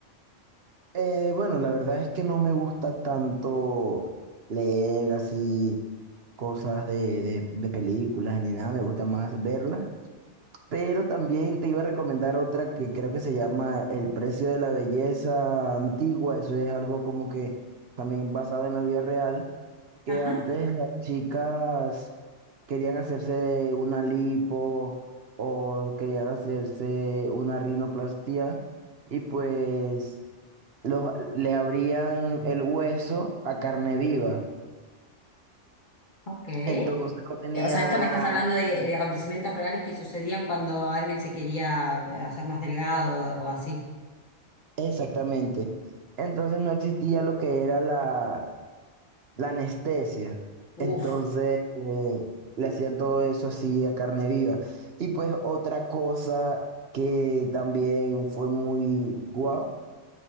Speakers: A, on the right; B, on the left.
A: Eh, bueno, la verdad es que no me gusta tanto leer así cosas de, de, de películas ni nada, me gusta más verlas. Pero también te iba a recomendar otra que creo que se llama El precio de la belleza antigua. Eso es algo como que también basado en la vida real, que
B: Ajá.
A: antes las chicas querían hacerse una lipo o querían hacerse una rinoplastia y pues los- le abrían el hueso a carne viva.
B: Ok. Eh,
A: Entonces no tenía,
B: O sea, esto me estás hablando de, de acontecimientos reales que sucedían cuando alguien se quería eh, hacer más delgado o así.
A: exactamente. Entonces no existía lo que era la, la anestesia.
B: Uf,
A: Entonces eh, le hacían todo eso así a carne viva. Y pues otra cosa que también fue muy guau.